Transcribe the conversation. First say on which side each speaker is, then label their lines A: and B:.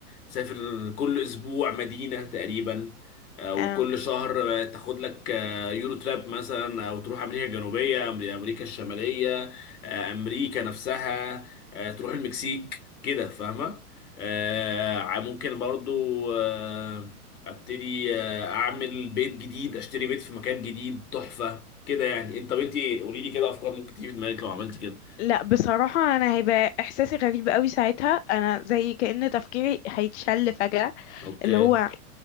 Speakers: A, on the left (about 75°); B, on the left (about 50°).
A: تسافر كل اسبوع مدينة تقريبا او
B: أم...
A: كل شهر آه، تاخد لك آه، يورو تراب مثلا او تروح امريكا الجنوبية أمر- امريكا الشمالية آه، امريكا نفسها آه، تروح المكسيك كده فاهمة آه، ع- ممكن برضو آه، ابتدي آه، اعمل بيت جديد اشتري بيت في مكان جديد تحفة كده يعني انت طب انت قولي لي كده افكار ممكن تيجي في دماغك لو عملت كده
B: لا بصراحه انا هيبقى احساسي غريب قوي ساعتها انا زي كأن تفكيري هيتشل فجأة
A: اوكي
B: اللي هو